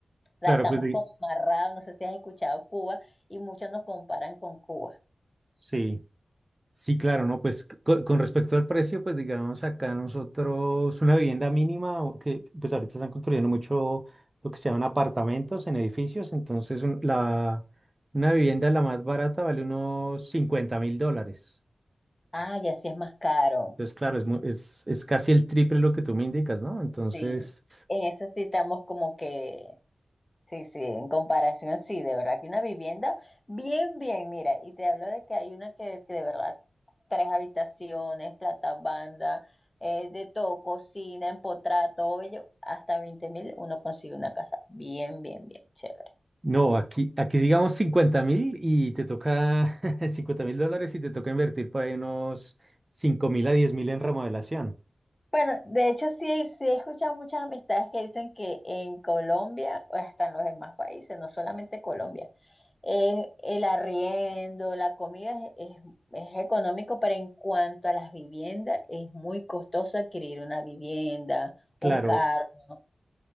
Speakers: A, on the left (about 20°); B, on the right (about 25°).
A: O sea,
B: claro,
A: estamos
B: pues di-
A: como amarrados, no sé si has escuchado Cuba, y muchos nos comparan con Cuba.
B: sí, sí, claro, ¿no? Pues c- co- con, respecto al precio, pues digamos acá nosotros una vivienda mínima, o que pues ahorita están construyendo mucho lo que se llaman apartamentos en edificios, entonces un- la, una vivienda la más barata vale unos 50 mil dólares.
A: Ah, ya sí es más caro.
B: Entonces, claro, es, mu- es, es casi el triple lo que tú me indicas, ¿no? Entonces...
A: Sí. En eso sí estamos como que, sí, sí, en comparación, sí, de verdad que una vivienda, bien, bien, mira, y te hablo de que hay una que, que de verdad, tres habitaciones, plata banda, eh, de todo, cocina, empotrado, todo ello, hasta veinte mil uno consigue una casa bien, bien, bien, chévere.
B: No, aquí, aquí digamos cincuenta mil y te toca <laughs> 50 mil dólares y te toca invertir por ahí unos cinco mil a diez mil en remodelación.
A: Bueno, de hecho sí, sí he escuchado muchas amistades que dicen que en Colombia, o hasta en los demás países, no solamente Colombia, eh, el arriendo, la comida es, es- es económico, pero en cuanto a las viviendas, es muy costoso adquirir una vivienda, un
B: Claro,
A: carro. ¿no?